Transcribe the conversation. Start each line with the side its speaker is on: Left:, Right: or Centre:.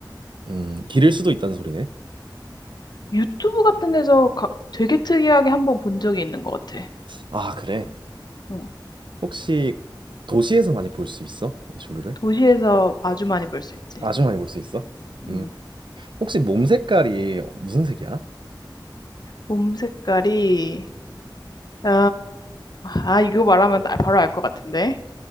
Right: 음, 기를 수도 있다는 소리네.
Left: 유튜브 같은 데서 가- 되게 특이하게 한번 본 적이 있는 것 같아.
Right: 아, 그래.
Left: 어.
Right: 혹시 도시에서 많이 볼 수 있어? 이 조류를?
Left: 도시에서 아주 많이 볼 수 있지.
Right: 아주 많이 볼 수 있어?
Left: 음.
Right: 음, 혹시 몸 색깔이 무슨 색이야?
Left: 몸 색깔이 어, 아, 이거 말하면 나 바로 알 것 같은데.